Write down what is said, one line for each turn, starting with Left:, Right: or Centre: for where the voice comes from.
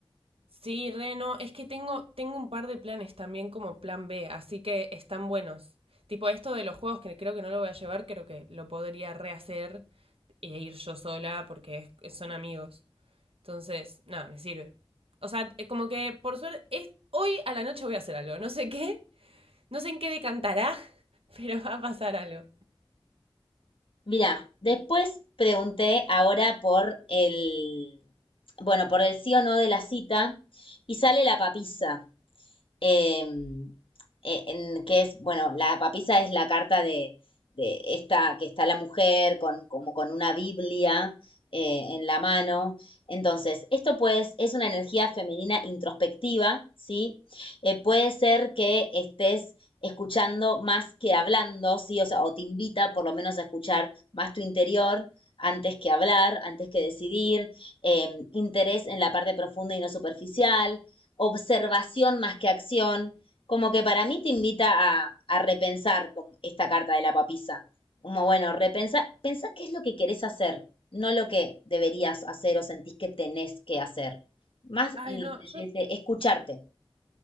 Right: Sí, Reno, es que tengo, tengo un par de planes también como plan B, así que están buenos. Tipo, esto de los juegos que creo que no lo voy a llevar, creo que lo podría rehacer e ir yo sola porque es- son amigos. Entonces, nada, me sirve. O sea, es como que por suerte, es, hoy a la noche voy a hacer algo. No sé qué, no sé en qué decantará, <laughs> pero va a pasar algo.
Left: Mirá, después pregunté ahora por el, bueno, por el sí o no de la cita y sale la papisa. eh, en, que es, bueno, la papisa es la carta de, de esta, que está la mujer con, como con una Biblia eh, en la mano. Entonces, esto pues es una energía femenina introspectiva, ¿sí? Eh, puede ser que estés escuchando más que hablando, ¿sí? O sea, o te invita por lo menos a escuchar más tu interior antes que hablar, antes que decidir, eh, interés en la parte profunda y no superficial, observación más que acción, como que para mí te invita a, a repensar con esta carta de la papisa. Como bueno, repensa, pensá qué es lo que querés hacer, no lo que deberías hacer o sentís que tenés que hacer. Más
Right: Ay, no, yo,
Left: desde escucharte.